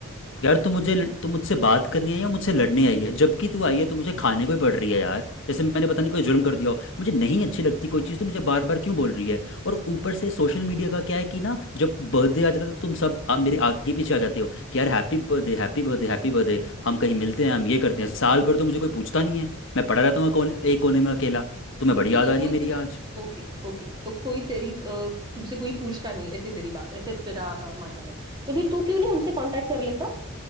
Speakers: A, on the left (about 60°); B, on the right (about 20°).
A: यार तू मुझे तू मुझसे बात करनी है या मुझसे लड़ने आई है जबकि तू आई है तो मुझे खाने को ही पड़ रही है यार जैसे मैंने पता नहीं कोई जुर्म कर दिया हो मुझे नहीं अच्छी लगती कोई चीज़ तो मुझे बार बार क्यों बोल रही है और ऊपर से सोशल मीडिया का क्या है कि ना जब बर्थडे आ जाता है तो तुम सब आ, मेरे आगे पीछे आ जाते हो कि यार happy birthday happy birthday happy birthday हम कहीं मिलते हैं हम ये करते हैं साल भर तो मुझे कोई पूछता नहीं है मैं पड़ा रहता हूँ कोने एक कोने में अकेला तुम्हें बड़ी
B: ठीक
A: याद
B: है
A: आ रही
B: कोई
A: है मेरी
B: तुझ
A: आज
B: ओके ओके तो कोई तेरी अ, तुझसे कोई पूछता नहीं ऐसी तेरी बात ऐसे तेरा अ, मानना है तो फिर तू क्यों नहीं उनसे कांटेक्ट कर लेता